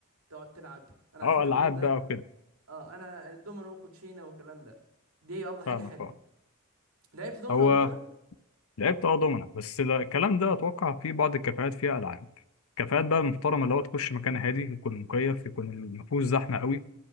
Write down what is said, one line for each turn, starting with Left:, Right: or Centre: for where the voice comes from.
Right: تقعد تلعب انا
Left: اه
Right: على فكره
Left: العاب
Right: الدومينو ده
Left: بقى وكده
Right: اه انا الدومينو وكوتشينه والكلام ده دي برضه حاجه
Left: فاهمك
Right: حلوه
Left: اه
Right: لعبت دومينو
Left: هو
Right: قبل كده
Left: لعبت اه دومنا بس لا- الكلام ده اتوقع في بعض الكافيهات فيها العاب الكافيهات بقى المحترمه اللي هو تخش مكان هادي يكون مكيف يكون المفهوش زحمه قوي